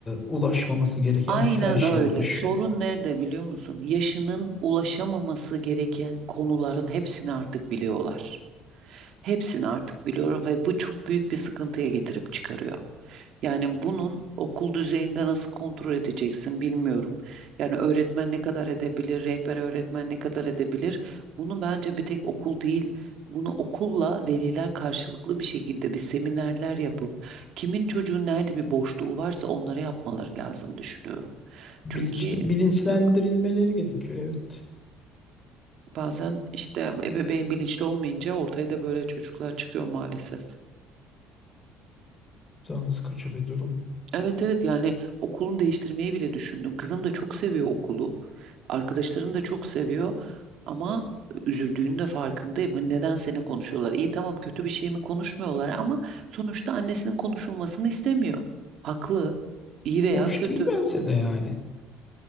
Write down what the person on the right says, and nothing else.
Aynen
öyle.
Sorun nerede biliyor musun? Yaşının ulaşamaması gereken konuların hepsini artık biliyorlar. Hepsini artık biliyor ve bu çok büyük bir sıkıntıya getirip çıkarıyor. Yani bunun okul düzeyinde nasıl kontrol edeceksin bilmiyorum. Yani öğretmen ne kadar edebilir, rehber öğretmen ne kadar edebilir? Bunu bence bir tek okul değil. Bunu okulla veliler karşılıklı bir şekilde bir seminerler yapıp kimin çocuğun nerede bir boşluğu varsa onları yapmaları lazım düşünüyorum.
Çünkü
yok
bazen işte ebeveyn bilinçli olmayınca ortaya da böyle çocuklar çıkıyor maalesef.
Evet evet yani okulunu değiştirmeyi bile düşündüm. Kızım da çok seviyor okulu. Arkadaşlarını da çok seviyor. Ama üzüldüğünün de farkındayım. Hani neden seni konuşuyorlar? İyi tamam kötü bir şey mi konuşmuyorlar ama sonuçta annesinin konuşulmasını istemiyor. Haklı. İyi veya
kötü.